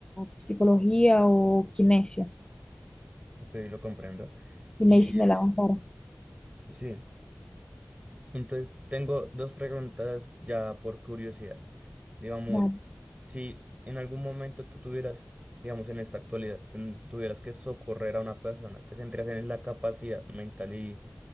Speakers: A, on the left (about 15°); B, on the right (about 25°).
A: psicología o kinesio
B: ok, lo comprendo.
A: y
B: Y
A: medicina
B: es-
A: de la más cara.
B: sí, entonces tengo dos preguntas ya por curiosidad. Digamos,
A: Claro.
B: si en algún momento tú tuvieras, digamos, en esta actualidad, ten- tuvieras que socorrer a una persona, ¿te centrarías en la capacidad mental y